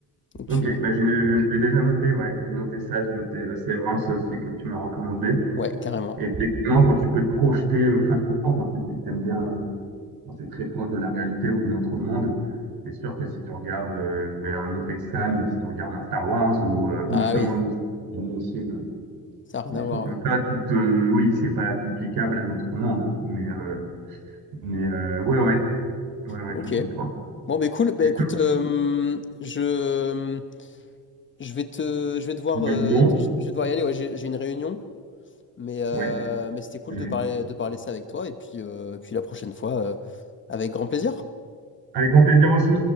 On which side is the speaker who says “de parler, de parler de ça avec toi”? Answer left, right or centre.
Left